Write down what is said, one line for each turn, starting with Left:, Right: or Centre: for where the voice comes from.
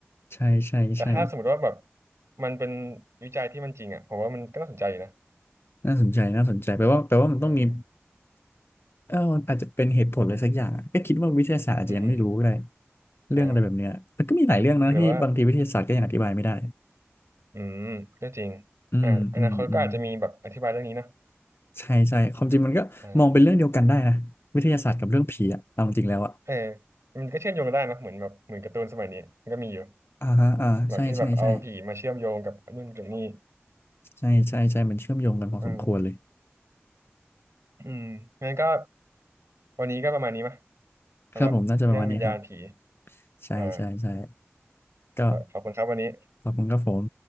Left: ใช่ใช่ใช่
Right: แต่ถ้าสมมติว่าแบบมันเป็นวิจัยที่มันจริงอ่ะผมว่ามันก็น่าสนใจอยู่นะ
Left: น่าสนใจน่าสนใจแปลว่าแปลว่ามันต้องมี
Right: เออ
Left: เออมันอาจจะเป็นเหตุผลอะไรสักอย่างอะก็คิดว่าวิทยาศาสตร์อาจจะยังไม่รู้ก็ได้
Right: อืมอืม
Left: เรื่องอะไรแบบเนี้ยมันก็มีหลายเรื่องนะที่บางทีวิทยาศาสตร์ก็ยังอธิบายไม่ได้
Right: อ่าหรือว่าอืมก็จริง
Left: อืมอืมอืม
Right: อ่าอนาคตก็อาจจะมีแบบอธิบายเรื่องนี้เนาะ
Left: ใช่ใช่ความจริงมันก็มองเป็นเรื่องเดียวกันได้นะวิทยาศาสตร์กับเรื่องผีอะเอาจริงแล้วอะ
Right: อ่าเออมันก็เชื่อมโยงกันได้นะเหมือนแบบเหมือนการ์ตูนสมัยนี้มันก็มีอยู่
Left: อ่าฮะอ่าใช่ใช่ใช่
Right: แบบที่แบบเอาผีมาเชื่อมโยงกับนู่นกับนี่
Left: ใช่ใช่ใช่มันเชื่อมโยงกันพอสมควรเลย
Right: อืม อืมงั้นก็วันนี้ก็ประมาณนี้มยสำหรับเรื่องวิญญาณผี
Left: ครับผมน่าจะประมาณนี้ครับใช่ใช่ใช่
Right: อ่า
Left: ก็
Right: ขอบคุณครับวันนี้
Left: ขอบคุณครับผม